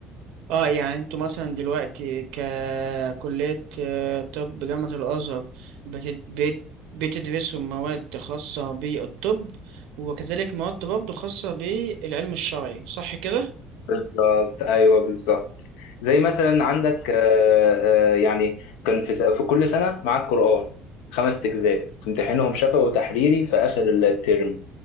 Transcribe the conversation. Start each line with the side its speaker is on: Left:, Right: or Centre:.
Right: اه يعني انتوا مثلا دلوقتي ككليه آه، طب جامعه الازهر بت- بت- بتدرسوا مواد خاصه بالطب وكذلك مواد برضه خاصه بالعلم الشرعي صح كده؟
Left: بالظبط ايوه بالظبط زي مثلا
Right: طب،
Left: عندك آه، آه، يعني كان في س- في كل سنه معاك قران خمس اجزاء تمتحنهم شفوي وتحريري في اخر الترم